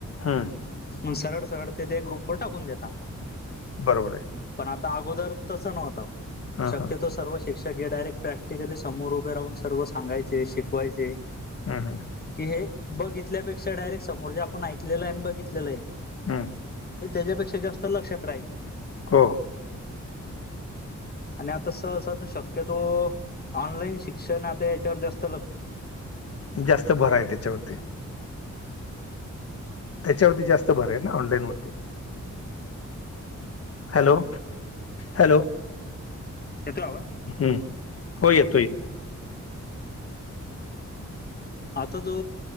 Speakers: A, on the left (about 50°); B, on the left (about 30°).
A: हम्म
B: मग सरळ सरळ तेथे ग्रुपवर टाकून देता.
A: बरोबर आहे.
B: पण आता अगोदर तस नव्हत.
A: हां
B: शक्यतो
A: हां
B: सर्व शिक्ष डायरेक्ट प्रॅक्टिकली समोर उभे राहून सर्व सांगायचे शिकवायचे.
A: हा ह
B: कि हे बघितल्यापेक्षा डायरेक्ट समोर जे आपण ऐकलेल आहे आणि बघितलेल आहे.
A: हम्म
B: हे त्याच्यापेक्षा जास्त लक्षात राहायचं
A: हो..
B: आणि आता सहसा तर शक्यतो ऑनलाईन शिक्षण आता याच्यावर जास्त लक्ष
A: जास्त भर आहे त्याच्यावरती त्याच्यावरती जास्त भर आहे ना ऑनलाईन वरती हॅलो हॅलो
B: येतोय आवाज
A: हम्म हो येतोय..
B: आता जो